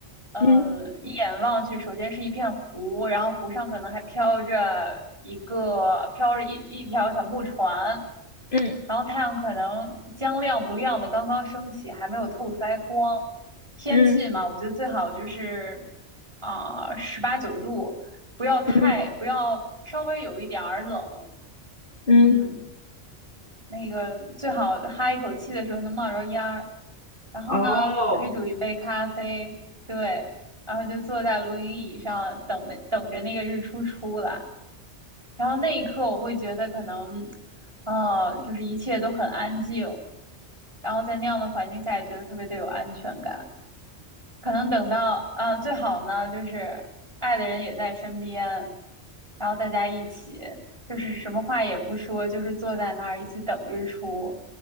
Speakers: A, on the right; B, on the left.
A: 呃，
B: 嗯
A: 一眼望去，首先是一片湖，然后湖上可能还飘着一个飘着一一条小木船，
B: 嗯
A: 然后太阳可能将亮不亮的刚刚升起，还没有透出来光。天气嘛，
B: 嗯
A: 我觉得最好就是啊十八九度，不要太不要稍微有一点儿冷，
B: 嗯嗯，
A: 嗯，那个最好哈一口气的时候能冒着烟儿。然后呢，
B: 哦。
A: 可以煮一杯咖啡，对，然后就坐在露营椅上等那等着那个日出出来。然后那一刻我会觉得可能，呃，就是一切都很安静，然后在那样的环境下也觉得特别的有安全感。可能等到啊，最好呢就是爱的人也在身边，然后大家一起就是什么话也不说，就是坐在那儿一起等日出。